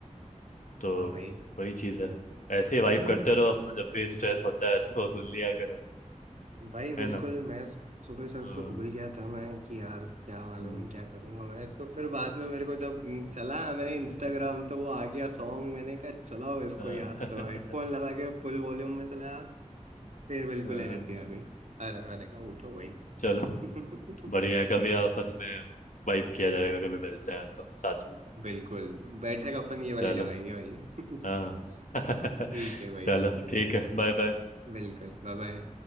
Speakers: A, on the left; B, on the right.
A: तो
B: हाँ भाई
A: वही चीज है ऐसे ही वाइब
B: हम्म,
A: करते रहो अपना जब भी स्ट्रेस होता है तो सुन लिया करो
B: भाई बिल्कुल
A: है ना
B: मैं सुबह सच
A: हाँ,
B: तो भूल गया था मैं कि यार क्या मालूम
A: हम्म
B: क्या करूंगा मैं तो फिर बाद में मेरे को जब चला मैंने
A: <laughs>
B: इंस्टाग्राम तो वो आ गया सॉन्ग मैंने कहा चलाओ इसको
A: अ,
B: ही आज
A: <laughs>
B: तो हेडफोन लगा के फुल वॉल्यूम में चलाया फिर बिल्कुल
A: अ,
B: एनर्जी आ गई अरे मैंने कहा उठो भाई
A: चलो
B: <laughs>
A: बढ़िया है कभी आपस में वाइब किया जाएगा कभी मिलते हैं तो साथ में
B: बिल्कुल बैठक अपन ये वाली
A: चलो
B: लगाएंगे भाई <laughs>
A: हाँ <laughs>
B: ठीक है भाई
A: चलो
B: हाँ
A: ठीक है बाय बाय
B: बिल्कुल बाय बाय